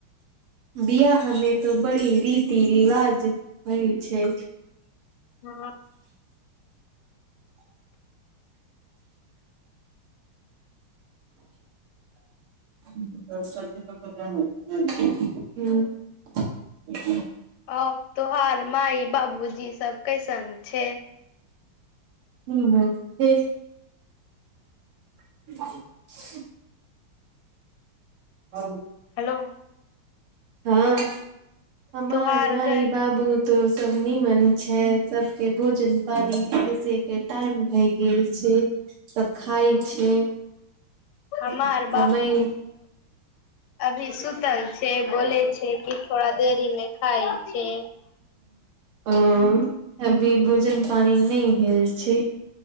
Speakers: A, on the right (about 85°); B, on the left (about 80°).
A: बियाहमे त बड़ी रीति रिवाज होइ छै
B: हँ
A: <unintelligible>
B: आ तोहार माय बाबूजी सब कैसन छै
A: ह <unintelligible> <unintelligible> हं
B: हेलो
A: हँ हमर
B: तोहार
A: माइ
B: घर
A: बाबू तो सब नीमन छै सबके भोजन पानी कसे के टाइम भय गेल छै सब खाइ
B: हूँ
A: छै
B: हमार
A: तय
B: भी सुत से बोले छै कि थोड़ा देरी मे खाइ छै
A: अ अभी भोजन पानी नहि भेल छै